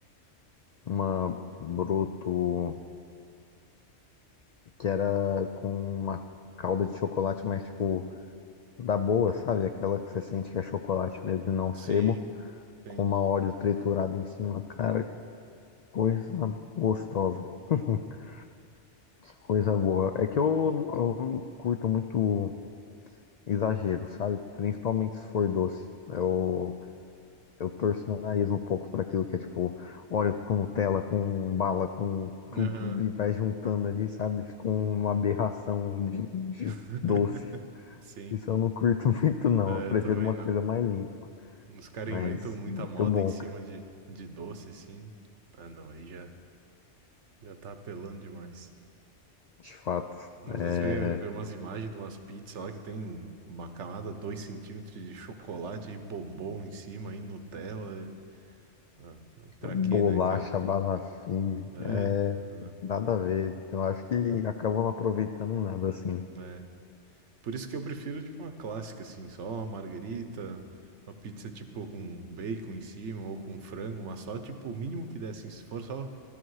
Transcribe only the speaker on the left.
uma broto. que era com uma calda de chocolate, mas tipo, da boa, sabe? Aquela que você sente que é chocolate mesmo e não
sebo,
com uma óleo triturada em cima. Cara, que coisa gostosa. <laughs> Coisa boa. É que eu, eu não curto muito exagero, sabe? Principalmente se for doce. Eu, eu torço o nariz um pouco para aquilo que é tipo óleo com Nutella, com bala, com tudo
e vai juntando ali, sabe? Fica uma aberração de, de
doce.
Isso eu não curto <laughs> muito, não.
Eu prefiro
uma
coisa mais limpa.
Mas
muito
bom,
cara.
De fato.
É...
Bolacha,
balafim.
É...
Nada a ver. Eu acho que acabam não aproveitando nada assim.